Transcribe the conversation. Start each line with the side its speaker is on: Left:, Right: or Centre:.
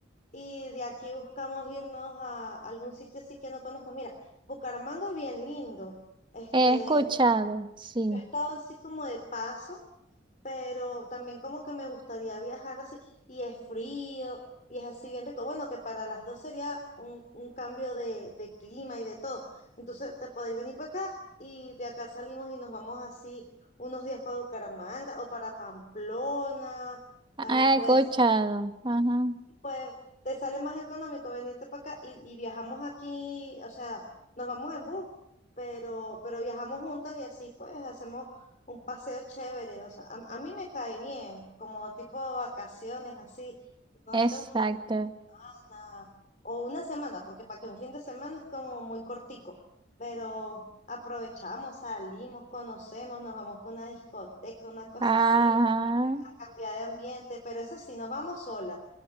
Left: y de aquí buscamos irnos a algún sitio así que no conozcas. Mira, Bucaramanga es bien lindo, este,
Right: He escuchado,
Left: bueno,
Right: sí,
Left: yo he estado así como de paso pero también como que me gustaría viajar así, y es frío, y es así bien rico. Bueno, que para las dos sería un, un cambio de, de clima y de todo. Entonces te podéis venir para acá y de acá salimos y nos vamos así unos días para Bucaramanga o para Pamplona. También
Right: he
Left: puede
Right: escuchado, ajá,
Left: y pues te sale más económico venirte para acá y, y viajamos aquí, o sea, nos vamos en bus, pero, pero viajamos juntas y así pues hacemos un paseo chévere, o sea, a, a mí me cae bien, como tipo de vacaciones así, no
Right: exacto.
Left: sé, un fin de semana o una semana, porque para que un fin de semana es como muy cortico, pero aprovechamos, salimos, conocemos, nos vamos para una discoteca, una cosa
Right: Ah,
Left: así, a cambiar de ambiente, pero eso sí, nos vamos solas.